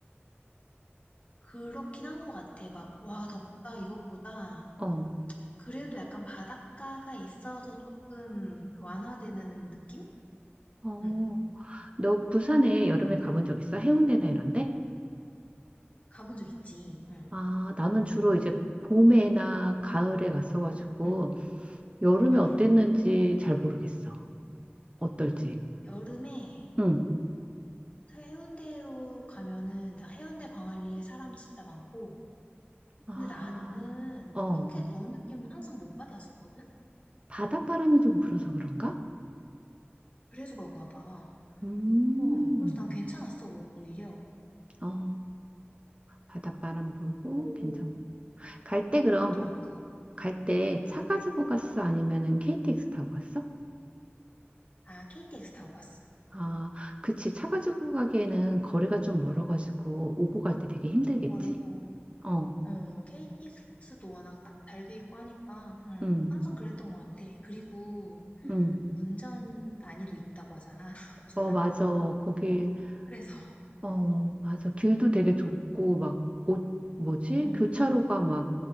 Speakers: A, on the left; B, on the right.
A: 그렇긴 한 것 같아. 막, 와, 덥다, 이것보다.
B: 어,
A: 그래도 약간 바닷가가 있어서 조금 완화되는 느낌?
B: 어.
A: 응.
B: 너 부산에 여름에 가본 적 있어? 해운대나 이런데?
A: 가본 적 있지. 응,
B: 아, 나는 주로 이제 봄에나 가을에 갔어가지고.
A: 응,
B: 여름에
A: 응,
B: 어땠는지
A: 응.
B: 잘 모르겠어. 어떨지.
A: 여름에
B: 응.
A: 해운대로 가면은 나 해운대 광안리에 사람 진짜 많고
B: 아,
A: 근데 나는
B: 어.
A: 그렇게 더운 느낌은 항상 못 받았었거든?
B: 바닷바람이 좀 불어서 그런가?
A: 그래서 그런가 봐.
B: 음,
A: 어, 그래서 난 괜찮았어, 오히려.
B: 어. 바닷바람 불고
A: 오
B: 괜찮고. 갈 때
A: 먹을
B: 그럼
A: 것도 많고.
B: 갈 때
A: 응.
B: 차 가지고 갔어? 아니면은 KTX 타고 갔어?
A: 아, KTX 타고 갔어.
B: 아, 그치. 차 가지고 가기에는 거리가 좀 멀어가지고 오고 갈 때 되게 힘들겠지?
A: 멀고
B: 어,
A: 어, KTX도 워낙 딱 잘 돼 있고 하니까, 음,
B: 음,
A: 항상 그랬던 것 같아. 그리고
B: 음.
A: 운전 난이도 있다고 하잖아, <laughs> 부산.
B: 어, 맞아. 거기
A: 그래서,
B: 어, 맞아. 길도 되게 좁고, 막, 옷, 뭐지?
A: 음,
B: 교차로가 막,